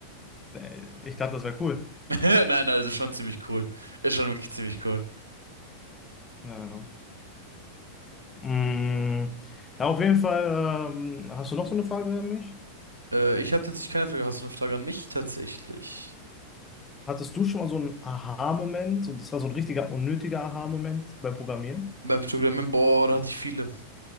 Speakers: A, on the left; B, on the right.
A: äh, ich dachte, das wäre cool.
B: <laughs> Nein, das ist schon ziemlich cool. Ist schon wirklich ziemlich cool.
A: Ja, ja. Mm, ja, auf jeden Fall, ähm, hast du noch so eine Frage an mich?
B: Äh, ich habe tatsächlich keine Frage. Hast du eine Frage an mich tatsächlich?
A: Hattest du schon mal so einen Aha-Moment und das war so ein richtiger unnötiger Aha-Moment beim Programmieren?
B: Beim Programmieren, boah, da hatte ich viele.